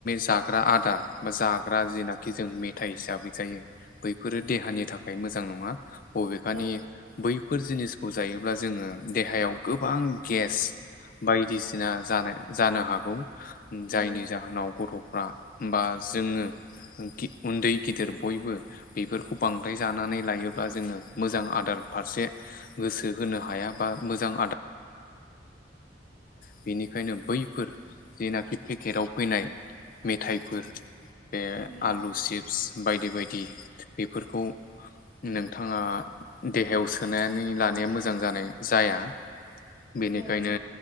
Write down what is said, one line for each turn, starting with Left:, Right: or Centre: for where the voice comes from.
Left: जाग्रा आदार बा जाग्रा जेनाखि जों मेथाइ हिसाबै जायो बैफोरो देहानि
Right: औ
Left: थाखाय मोजां नङा बबेखानि
Right: औ
Left: बैफोर जिनिसखौ जायोब्ला जोङो देहायाव गोबां गेस बायदिसिना जानाय जानो हागौ
Right: उम
Left: जायनि जाहोनाव गथ'फ्रा बा जोङो उन्दै गिदिर बयबो बेफोरखौ बांद जानानै लायोब्ला जोङो मोजां आदार फारसे गोसो होनो हाया बा मोजां आदार बेनिखायनो बैफोर जेनाखि पेकेटाव फैनाय मेथाइफोर बे
Right: उम
Left: आलु चिप्स बायदि बायदि बेफोरखौ नोंथाङा देहायाव सोनानै लानाया मोजां जानाय जाया बेनिखायनो
Right: औ उम